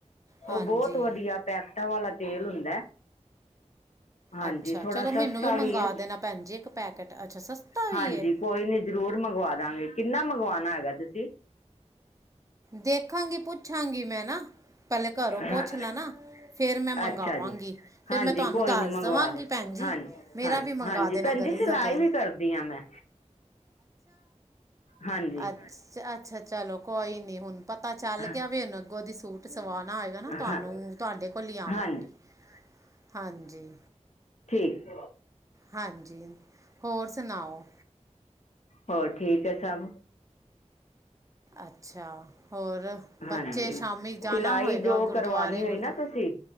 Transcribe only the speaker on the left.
ਉਹ ਬਹੁਤ ਵਧੀਆ ਪੈਕਟਾਂ ਵਾਲਾ ਤੇਲ ਹੁੰਦਾ। ਹਾਂਜੀ
ਥੋੜਾ
ਸਸਤਾ ਵੀ
ਹਾਂਜੀ।
ਕੋਈ ਨੀ ਜ਼ਰੂਰ ਮੰਗਵਾ ਦਾਂਗੇ ਕਿੰਨਾ ਮੰਗਵਾਉਣਾ ਹੈਗਾ ਤੁਸੀਂ?
ਹਾਂ
ਅੱਛਾ ਜੀ
ਹਾਂਜੀ
ਕੋਈ
ਨੀ ਮੰਗਵਾ
ਦੇ
ਹਾਂਜੀ
ਹਾਂ।
ਹਾਂਜੀ
ਭੈਣਜੀ
ਸਿਲਾਈ
ਵੀ ਕਰਦੀ ਹਾਂ ਮੈਂ। ਹਾਂਜੀ
ਹਾਂ
ਹਾਂ
ਹਾਂ
ਠੀਕ।
ਹੋਰ ਠੀਕ ਹੈ ਸਭ।
ਹਾਂਜੀ
ਸਿਲਾਈ
ਜੋ
ਕਰਵਾਣੀ
ਹੋਈ ਨਾ ਤੁਸੀਂ